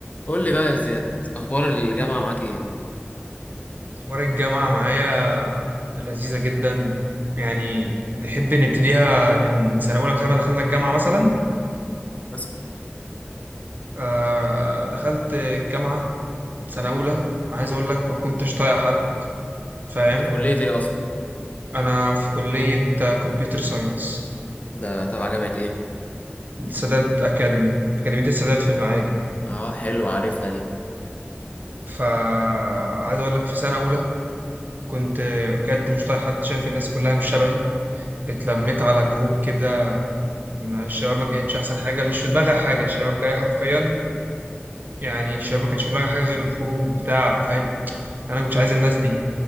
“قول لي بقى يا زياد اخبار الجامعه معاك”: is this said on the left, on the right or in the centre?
Left